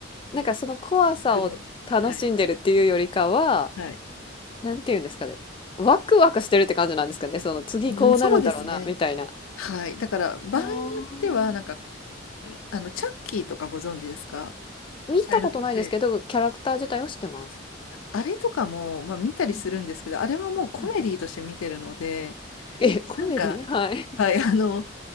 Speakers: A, on the left; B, on the left.
A: なんかその怖さを楽しんでるっていうよりかは、
B: 普通のはい。はい。
A: なんて言うんですかね、ワクワクしてるって感じなんですかね、その次こうなるんだろうなみたいな。
B: うん、そうですね。はい。だから、場合によっては、
A: ああ。
B: なんか、うんあの、チャッキーとかご存知ですか
A: 見たことないですけど、
B: チャイルドプレイ。
A: キャラクター自体を知ってます。
B: あれとかも、まあ、見たりするんですけど、
A: うん。
B: あれはもうコメディとして見てるので、
A: はい。え、コメディ？
B: なんかうん。
A: <laughs> はい。
B: か、はい、あの、